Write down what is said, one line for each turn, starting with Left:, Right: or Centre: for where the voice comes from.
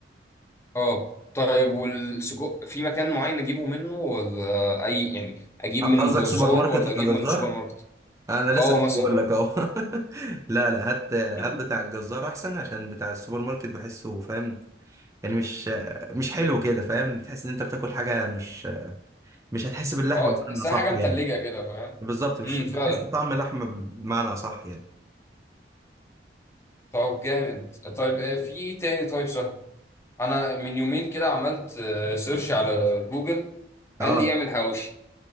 Left: اه طيب والسجق في مكان معين اجيبه منه ولا اي يعني اجيب من
Right: قصدك
Left: جزار
Right: سوبر ماركت
Left: ولا اجيب
Right: ولا
Left: من
Right: جزار
Left: سوبر ماركت
Right: انا لسه
Left: اه
Right: كنت
Left: مثلا
Right: بقول لك اهو <laughs> لا لا هات هات
Left: <laughs>
Right: بتاع الجزار احسن عشان بتاع السوبر ماركت بحسه فاهم يعني مش مش حلو كده فاهم تحس ان انت بتاكل حاجه مش مش هتحس باللحمه
Left: اه
Right: بمعنى
Left: تحسها
Right: صح
Left: حاجه متلجه
Right: يعني
Left: كده فاهم
Right: بالظبط مش
Left: امم
Right: مش
Left: فعلا
Right: هتحس بطعم اللحمه بمعنى صح يعني
Left: طب جامد طيب آه، في ايه تاني طيب سهل انا من يومين كده عملت آه، سيرش على جوجل
Right: اه
Left: قال لي اعمل حواوشي